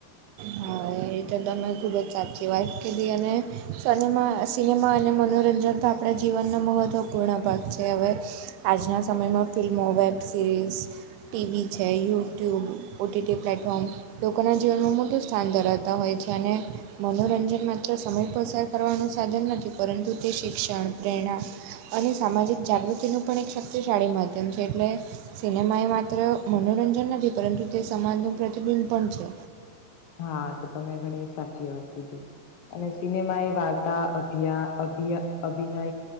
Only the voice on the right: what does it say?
હા એ રીતે તમે ખૂબ જ સાચી વાત કીધી. અને સનેમા સિનેમા અને મનોરંજન તો આપ પણા જીવનનો મહત્ત્વપૂર્ણ ભાગ છે હવે. આજના સમયમાં ફિલ્મો, વેબ સિરીઝ ટીવી છે, યુટ્યુબ, ઓટીટી પ્લેટફોર્મ, લોકોના જીવનમાં મોટું સ્થાન ધરાવ તા હોય છે, અને મનોરંજન માત્ર સમય પસાર કરવાનું સાધન નથી, પરંતુ તે શિક્ષણ પ્રેરણા અને સામાજિક જાગૃતિનું પણ એક શક્તિશાળી માધ્યમ છે એટલે સિનેમાએ માં ત્ર મનોરંજન નથી, પરંતુ તે સમાજનું પ્રતિબિંબ પણ છે.